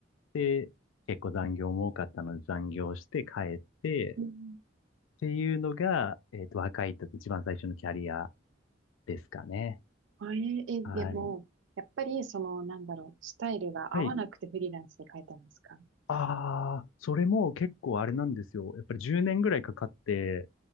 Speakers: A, on the left (about 85°); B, on the right (about 70°).
A: で、結構残業も多かったので残業して帰って、
B: うん
A: っていうのが、えっと、若い時、一番最初のキャリアですかね。
B: あ、え、え、でも、
A: はい。
B: やっぱり、その、なんだろう、スタイルが合わなくてフリーランスで変えたんですか
A: はい。ああ、それも結構あれなんですよ。やっぱり10年ぐらいかかって、